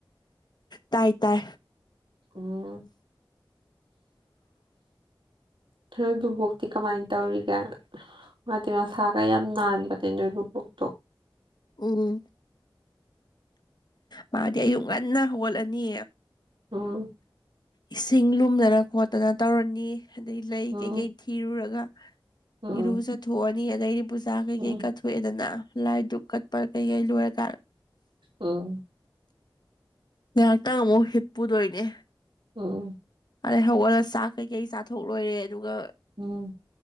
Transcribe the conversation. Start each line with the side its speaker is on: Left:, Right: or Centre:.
Left: ꯇꯥꯏ ꯇꯥꯏ
Right: ꯎꯝ
Left: <inaudible>
Right: ꯅꯣꯏ ꯕꯨꯕꯣꯛꯇꯤ ꯀꯃꯥꯏ ꯇꯧꯔꯤꯒꯦ ꯃꯥꯗꯤ ꯃꯁꯥꯒ ꯌꯥꯝ ꯅꯥꯟꯕꯅꯦ ꯅꯣꯏꯕꯨꯕꯣꯛꯇꯣ
Left: ꯎꯝ ꯃꯥꯗꯤ ꯑꯌꯨꯛ ꯉꯟꯅ ꯍꯧꯒꯠꯂꯅꯤ
Right: ꯎꯝ
Left: ꯏꯁꯤꯡ ꯂꯨꯝꯂꯥꯔꯥ ꯈꯣꯠꯇꯅ ꯇꯧꯔꯥꯅꯤ ꯑꯗꯩ ꯂꯩ
Right: ꯎꯝ
Left: ꯀꯩ ꯀꯩ ꯊꯤꯔꯨꯔꯒ
Right: ꯎꯝ
Left: ꯏꯔꯨ ꯖꯥꯊꯣꯛꯑꯅꯤ ꯑꯗꯩꯗꯤ ꯄꯨꯁꯥ ꯀꯩ
Right: ꯎꯝ
Left: ꯀꯩ ꯀꯠꯊꯣꯛꯑꯦꯗꯅ ꯂꯥꯏꯗꯨꯛ ꯀꯠꯄ ꯀꯩꯩ ꯂꯣꯏꯦ ꯇꯔ
Right: ꯎꯪ
Left: ꯉꯥꯏꯍꯥꯛꯇꯪ ꯑꯃꯨꯛ ꯍꯤꯞꯄꯨꯗꯣꯏꯅꯦ
Right: ꯑꯣꯝ
Left: ꯑꯔꯩ ꯍꯧꯒꯠꯂꯒ ꯆꯥꯛ ꯀꯩ-ꯀꯩ ꯆꯥꯊꯣꯛ ꯂꯣꯏꯔꯦ ꯑꯗꯨꯒ
Right: ꯎꯝ